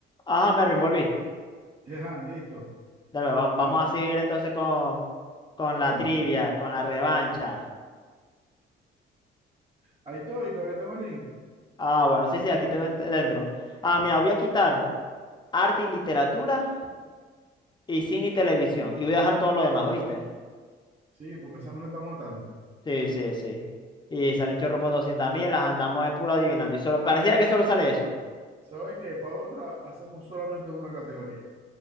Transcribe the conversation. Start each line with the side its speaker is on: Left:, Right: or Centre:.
Left: Ajá, Mervin, volví.
Right: Ajá, listo.
Left: Dale, vam- vamos
Right: Bueno,
Left: a seguir entonces con, con
Right: bueno.
Left: la trivia, con la revancha.
Right: Ahí estoy, todavía tengo el link.
Left: Ah, bueno, sí, sí, aquí te ven- dentro. Ah, mira, voy a quitar arte y literatura y cine y televisión. Y voy a dejar todo lo demás, ¿oíste?
Right: Sí, porque esa nos está matando.
Left: Sí, sí, sí. Y salen chorro por 200 mil, las andamos de puro adivinando. Y solo, pareciera que solo sale eso.
Right: ¿Sabes qué? Para otra hacemos solamente una categoría.